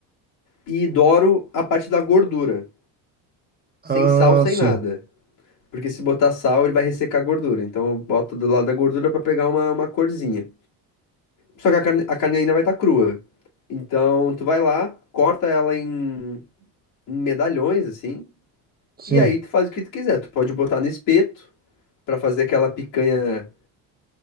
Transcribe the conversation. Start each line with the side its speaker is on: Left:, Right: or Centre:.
Left: e douro a parte da gordura. Sem
Right: ah,
Left: sal, sem
Right: sim.
Left: nada. Porque se botar sal, ele vai ressecar a gordura. Então eu boto do lado da gordura pra pegar uma, uma corzinha. Só que a carne, a carne ainda vai estar crua. Então tu vai lá, corta ela em, em medalhões, assim.
Right: Sim.
Left: E aí tu faz o que tu quiser. Tu pode botar no espeto pra fazer aquela picanha,